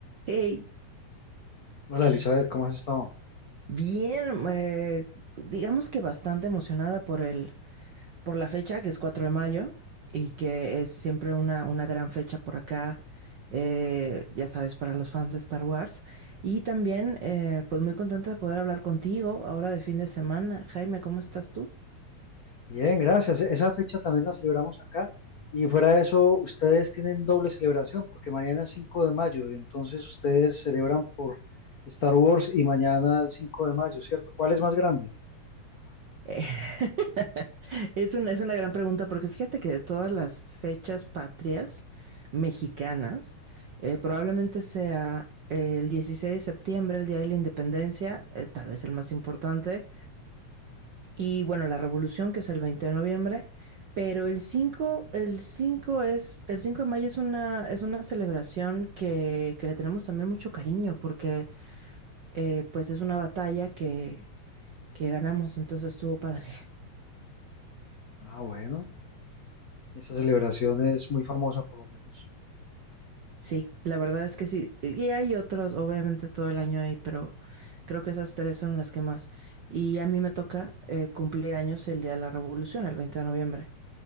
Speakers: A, on the right; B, on the left.
A: Hey,
B: Hola Elizabeth, ¿cómo has estado?
A: bien, eh, digamos que bastante emocionada por el, por la fecha, que es 4 de mayo, y que es siempre una, una gran fecha por acá, eh, ya sabes, para los fans de Star Wars. Y también, eh, pues muy contenta de poder hablar contigo ahora de fin de semana. Jaime, ¿cómo estás tú?
B: Bien, gracias. E- Esa fecha también la celebramos acá y fuera de eso, ustedes tienen doble celebración porque mañana es 5 de mayo y entonces ustedes celebran por Star Wars y mañana el 5 de mayo, ¿cierto? ¿Cuál es más grande?
A: Eh, <laughs> Es una, es una gran pregunta porque fíjate que de todas las fechas patrias mexicanas, eh, probablemente sea el 16 de septiembre, el Día de la Independencia, eh, tal vez el más importante, y bueno, la Revolución, que es el 20 de noviembre, pero el cinco el cinco es, el 5 de mayo es una, es una celebración que, que le tenemos también mucho cariño porque eh, pues es una batalla que, que ganamos, entonces estuvo padre.
B: Ah, bueno, esa celebración es muy famosa por lo menos.
A: Sí, la verdad es que sí. Y hay otros, obviamente todo el año hay, pero creo que esas tres son las que más. Y a mí me toca eh, cumplir años el día de la Revolución, el 20 de noviembre.